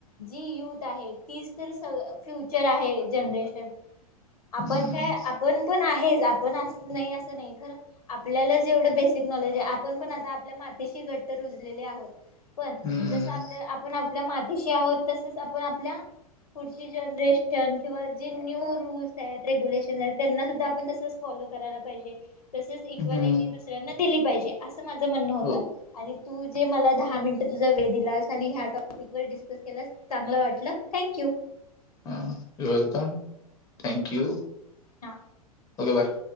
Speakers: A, on the left; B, on the left.
A: जी युथ आहेत... तीच तर स फ्युचर आहे जनरेशन आपण
B: हम्म
A: काय आपण पण.... हेच आपण नाही असं नाही खरं आपल्याला जेवढं बेसिक नॉलेज आहे आपण पण आता आपल्या मातीशी घट्ट रुजलेले आहोत... पण
B: हम्म
A: जस आपल्या आपण आपल्या मातीशी आहोत तसच आपण आपल्या.... पुढची जनरेशन किंवा जे न्यूरूल्स आहेत रेग्युलेशन आहेत त्यांना... सुद्धा आपण तसच फॉलो करायला पाहिजे तसच इक्वेलिटी
B: हम्म
A: दुसऱ्यांना दिली पाहिजे... असं माझं म्हणणं होतं
B: हो
A: आणि तू जे मला दहा मिनिटं तुझा वेळ दिलास आणि ह्या टॉपिक व... चांगलं वाटलं थँक्यू...
B: हां वेलकम थँक्यू...
A: हा..
B: हॅलो